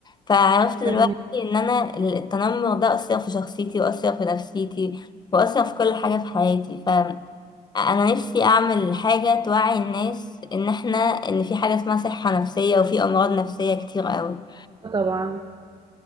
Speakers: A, on the left; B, on the right.
A: فعرفت دلوقتي
B: فاهمك
A: ان انا ال- التنمر ده اثر في شخصيتي واثر في نفسيتي واثر في كل حاجه في حياتي فانا نفسي اعمل حاجه توعي الناس ان احنا ان في حاجه اسمها صحه نفسيه وفي امراض نفسيه كتير قوي
B: آه، طبعا